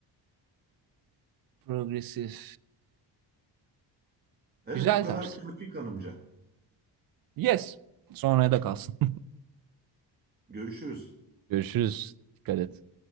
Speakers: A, on the right; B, on the right.
A: Progresif.
B: Evet
A: Güzel
B: bu kadar
A: tarz.
B: Kâfi kanımca.
A: Yes. Sonraya da kalsın.
B: Görüşürüz.
A: <laughs> Görüşürüz. Dikkat et.